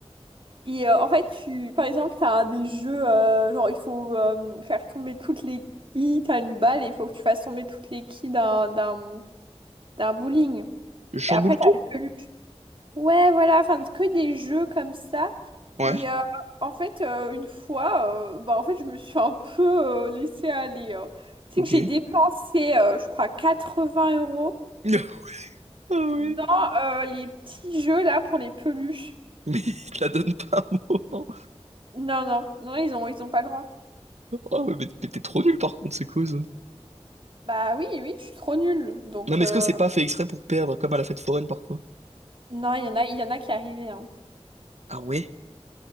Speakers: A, on the right (about 50°); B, on the right (about 85°).
A: Et euh, en fait, tu, par exemple, tu as des jeux, euh, genre il faut euh, faire tomber toutes les quilles, tu as une balle et il faut que tu fasses tomber toutes les quilles d'un d'un- d'un bowling.
B: Je chamboule
A: Et après, tu
B: tout?
A: as une peluche. Ouais, voilà, enfin, que des jeux comme ça.
B: Ouais.
A: Et euh, en fait, euh, une fois, euh, bah, en fait, je me suis un peu euh, laissée aller. euh. Tu
B: Ok.
A: sais que j'ai dépensé, euh, je crois, 80 euros
B: <laughs> Ah oui.
A: dans euh, les petits jeux là pour les peluches.
B: Mais <laughs> il te la donne pas un moment.
A: Non, non, non, ils ont, ils ont pas le droit.
B: Oh, mais mais t'es trop nul par contre, c'est quoi ça?
A: Bah oui, oui, je suis trop nulle. Donc,
B: Non, mais
A: euh,
B: est-ce que c'est pas fait exprès pour perdre, comme à la fête foraine parfois?
A: non, il y en a, il y en a qui arrivaient. hein.
B: Ah ouais?